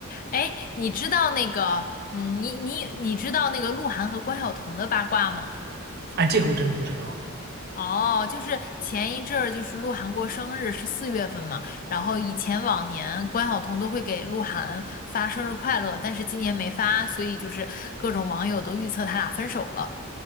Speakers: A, on the left; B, on the right.
A: 哎，你知道那个，嗯，你你你知道那个鹿晗和关晓彤的八卦吗？
B: 哎，这个我真不知道
A: 哦，就是前一阵儿，就是鹿晗过生日是四月份嘛，然后以前往年关晓彤都会给鹿晗发生日快乐，但是今年没发，所以就是各种网友都预测他俩分手了。